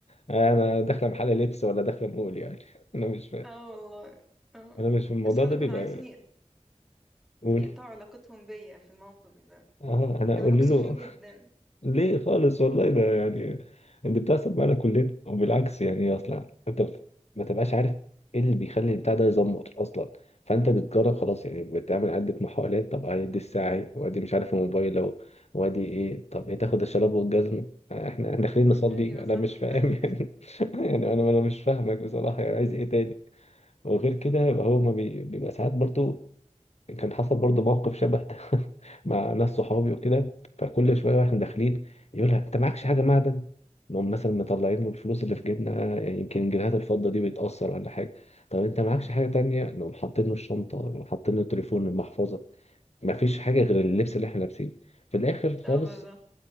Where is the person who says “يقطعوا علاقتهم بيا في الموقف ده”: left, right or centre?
Centre